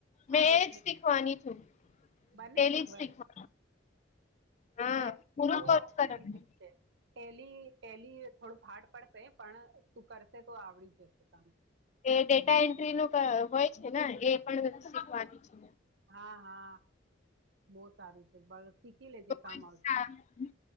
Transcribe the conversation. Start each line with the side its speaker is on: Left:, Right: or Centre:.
Left: મેં
Right: આવે
Left: જ
Right: છે
Left: શીખવાની છું
Right: બંને
Left: પેલી
Right: શીખવા
Left: જ શીખવાની હા
Right: બેગ
Left: પૂરું
Right: બ
Left: કોર્સ કરવાનું
Right: ઈઝી છે પેલી પહેલી થોડુંક હાડ પડશે પણ તું કરશે તો આવડી જશે તને
Left: એ ડેટા એન્ટ્રી ન હોય છે ને એ પણ શીખવાની છે
Right: હા હા બહુ સારું છે બ શીખી લેજ
Left: તો
Right: કામ
Left: કોઈ
Right: આવશે